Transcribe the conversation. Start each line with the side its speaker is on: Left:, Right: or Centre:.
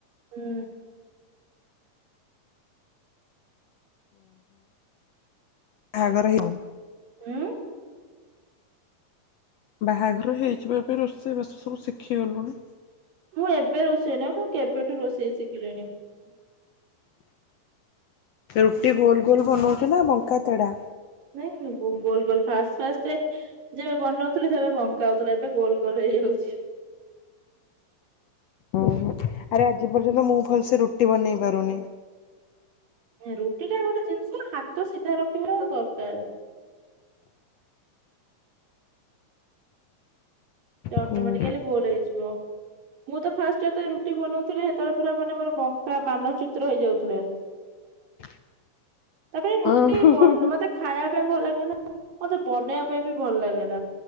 Right: ହୁଁ।
Left: ବାହଘର ହେଇନୁ?
Right: ହୁଁ।
Left: ବାହାଘର ହେଇଯିବା ଏବେପାଇଁ ରୋଷେଇବାସ ସବୁ ଶିଖି ଗଲୁଣି।
Right: ମୁଁ ଏବେ ରୋଷେଇ ନାହି ମୁଁ କେବେଠୁ ରୋଷେଇ ଶିଖିଲିଣି।
Left: ରୁଟି ଗୋଲ ଗୋଲ ବନଉଚୁ ନା ବଙ୍କା ତେଡା?
Right: ନାଇଁ ଗୋଲ ଗୋଲ ଫାଷ୍ଟ ଫାଷ୍ଟଏ ଯେବେ ବନୋଉଥିଲି ସେବେ ବଙ୍କା ହୋଉଥିଲା ଏବେ ଗୋଲ ଗୋଲ ହେଇଯାଉଚି।
Left: ଓ ହୋ ଆରେ ଆଜି ପର୍ଯ୍ୟନ୍ତ ମୁଁ ଭଲସେ ରୁଟି ବନେଇ ପାରୁନି।
Right: ରୁଟି ଟା ଗୋଟେ ଜିନିଷ ହାତ ସିଧା ରଖିବା ଦରକାର। ସେଇଟା
Left: ହୁଁ
Right: ଅଟୋମେଟିକାଲି ଗୋଲ ହେଇଯିବ। ମୁଁ ତ ଫାଷ୍ଟ ଜେବେଳେ ରୁଟି ବନଉଥିଲି ସେତେବେଳେ ପୁରା ମାନେ ମୋର ବଙ୍କା ମାନ ଚିତ୍ର ହେଇଯାଉଥିଲା।
Left: <unintelligible>
Right: ତାପରେ
Left: ହୁଁ।
Right: ରୁଟି ବନ ମତେ ଖାଇବା ପାଇଁ ଭଲ ଲାଗେ ନା। ମତେ ବନେଇବା ପାଇଁ ବି ଭଲ ଲାଗେ ନା